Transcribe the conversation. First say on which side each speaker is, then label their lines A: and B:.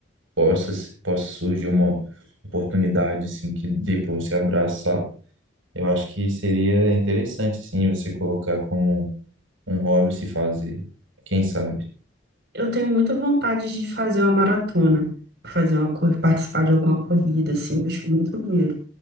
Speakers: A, on the right (about 80°); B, on the right (about 55°).
A: possa possa surgir uma oportunidade assim que dê para você abraçar, eu acho que seria interessante assim você colocar como um hobby se fazer, quem sabe.
B: Eu tenho muita vontade de fazer uma maratona, fazer uma corrida, participar de alguma corrida, assim, eu acho muito maneiro.